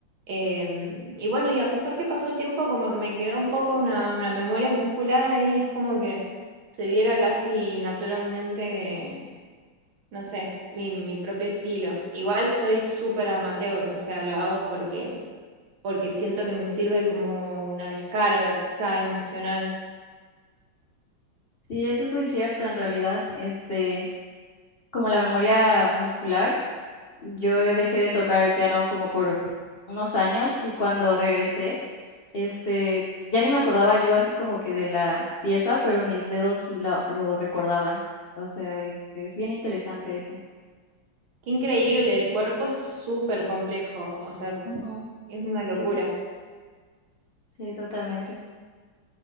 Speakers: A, on the right (about 80°); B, on the left (about 80°).
A: Em, y bueno, y a pesar que pasó el tiempo, como que me quedó un poco una, una memoria muscular ahí, es como que se diera casi naturalmente, no sé, mi, mi propio estilo. Igual soy súper amateur, o sea, lo hago porque, porque siento que me sirve como una descarga quizá emocional.
B: Sí, eso es muy cierto en realidad. Este, como la memoria muscular, yo dejé de tocar el piano como por unos años y cuando regresé Este, ya ni me acordaba yo así como que de la pieza, pero mis dedos lo, lo recordaban. O sea, este, es bien interesante eso.
A: Qué increíble, el cuerpo es súper complejo, o sea,
B: Ujú,
A: Es una locura.
B: Sí, sí, totalmente.